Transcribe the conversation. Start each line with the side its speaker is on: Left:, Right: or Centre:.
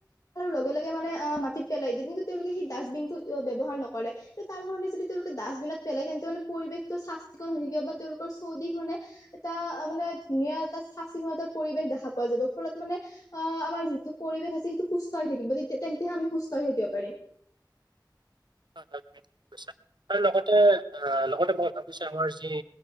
Left: লগে, লগে মানে মাটিত পেলাই দিয়ে কিন্তু তেওঁলোকে সেই ডাষ্টবিন টো ব্যৱহাৰ নকৰে। তাৰ কাৰনে যদি তেওঁলোকে ডাষ্টবিনত পেলাই তেন্তে মানে পৰিৱেশটো চাফা। <unintelligible> বা তেওঁলোকৰ চৌদিশ মানে, এটা মানে ধুনীয়া এটা চাফ চিকুনতাৰ পৰিৱেশ দেখা পোৱা যাব, ফলত মানে আ, আমাৰ যিটো পৰিৱেশ আছে, সেইটো সুস্থ হৈ থাকিব। তেতি, তেন্তে আমি সুস্থ হৈ থাকিব পাৰিম।
Right: <inaudible> আৰু লগতে, অ লগতে মই ভাবিছো আমাৰ যি,